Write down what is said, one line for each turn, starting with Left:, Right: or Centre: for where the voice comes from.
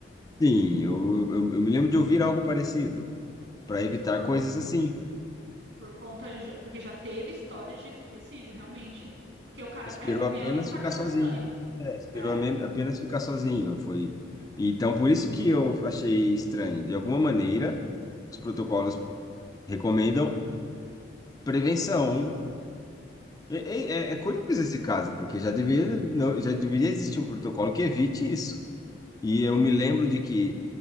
Left: Sim, eu, eu, eu me lembro de ouvir algo parecido, para evitar
Right: Por,
Left: coisas assim.
Right: por conta de, porque já teve história de suicídio, realmente. Porque o cara
Left: Esperou
Right: pega o avião
Left: apenas
Right: e taca
Left: ficar
Right: na
Left: sozinho.
Right: montanha.
Left: É, esperou
Right: É,
Left: amen- apenas ficar sozinho, foi. Então, por isso que eu achei estranho. De alguma maneira, os protocolos recomendam prevenção. É, é- é- é curioso esse caso, porque já deveria, não- já deveria existir um protocolo que evite isso. E eu me lembro de que